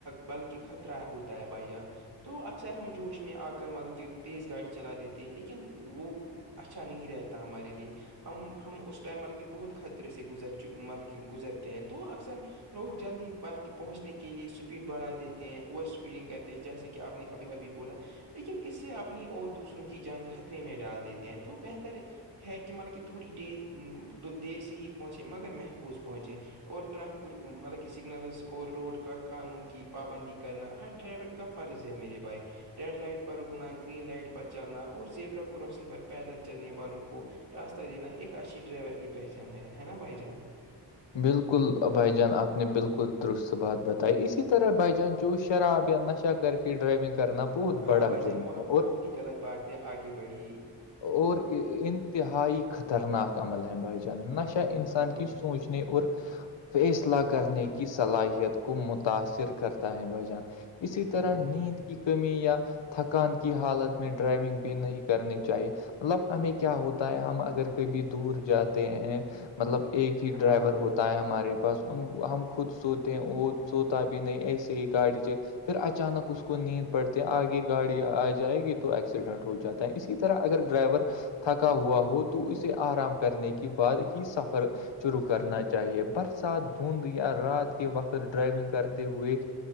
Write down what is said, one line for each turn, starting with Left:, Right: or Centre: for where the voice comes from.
Right: بلکہ خطرہ ہوتا ہے بھائی جان تو اکثر ہم جوش میں آ کر مطلب کہ تیز گاڑی چلا دیتے ہیں لیکن وہ اچھا نہیں رہتا ہمارے لیے ہم ہم اس ٹائم مطلب کہ بہت خطرے سے گزر چ مطلب کہ گزرتے ہیں تو اکثر لوگ لوگ جلدی بلکہ پہنچنے کے لیے اسپیڈ بڑھا دیتے ہیں اوور اسپیڈنگ کرتے ہیں جیسے کہ آپ نے ابھی ابھی بولا لیکن اس سے اپنی اور دوسروں کی جان خطرے میں ڈال دیتے ہیں تو بہتر ہے کہ مطلب کہ تھوڑی دیر دیر سے ہی پہنچے مگر محفوظ پہنچے اور ٹریفک مطلب کہ سگنلز اور روڈ کا قانون کی پابندی کرنا ہر ڈرائیور کا فرض ہے میرے بھائی ریڈ لائٹ پر رکنا گرین لائٹ پر چلنا اور زیبرا کراسنگ پر پیدل چلنے والوں کو راستہ دینا ایک اچھی ڈرائیور کی پہچان ہے ہے نا بھائی جان
Left: بالکل بھائی جان آپ نے بالکل درست بات بتائی اسی طرح بائی جان چس شراب یا نش اچھا کر کے ڈرائیونگ کرنا بہت
Right: ہاں
Left: بڑا
Right: بھائی
Left: جرم
Right: جان وہ
Left: ہے اور
Right: بہت ہی غلط بات ہے آگے بڑھی
Left: اور انتہائی خطرناک عمل ہیں بھائی جان نہشا انسان
Right: ہاں بھائی
Left: کی سوچ
Right: جان
Left: پوچھنے اور فیصلہ کرنے کی صلاحیت کو متاثر کرتا ہے بھ جان اسی
Right: ہاں
Left: طرح
Right: بھائی
Left: نیند
Right: جان
Left: کی کمی یا تھکان کی حالت میں ڈرائیونگ بھی نہیں کرنی چاہیے مطلب ہمیں کیا ہوتا ہے ہم اگر کبھی دور جاتے ہیں مطلب ایک
Right: ہاں
Left: ڈرائیور
Right: بھائی جان
Left: ہوتا ہے ہمارے بس ان ہم خود سوتے ہیں وہ سوتا بھی نہیں ایسے ہی گاڑی جو پھر اچانک اس کو نیند پڑتے آگے گاڑی آ جائے گی تو ایکسیڈنٹ ہو جاتا اسی طرح اگر ڈرائیور تھکا ہوا ہو تو تو اسے آرام کرنے کے بعد ہی سفر شروع کرنا چاہیے برسات دھند یا رات کے وقت ڈرائیونگ کرتے ہوئے